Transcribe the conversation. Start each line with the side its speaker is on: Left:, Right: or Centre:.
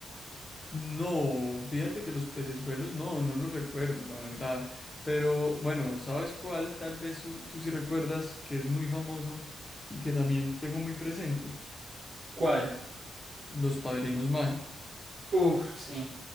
Left: No, fíjate que los pecesuelos no, no los recuerdo, la verdad. Pero bueno, ¿sabes cuál? Tal vez tú, tú sí recuerdas que es muy famoso y que también tengo muy presente,
Right: ¿Cuál?
Left: los padrinos mágicos.
Right: Uf, sí,